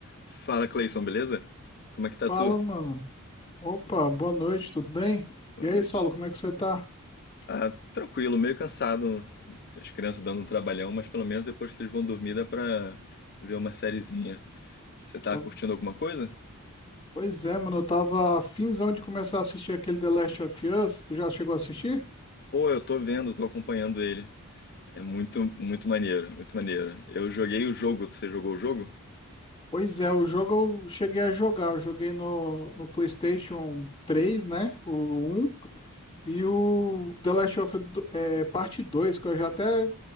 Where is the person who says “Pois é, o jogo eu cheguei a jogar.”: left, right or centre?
Left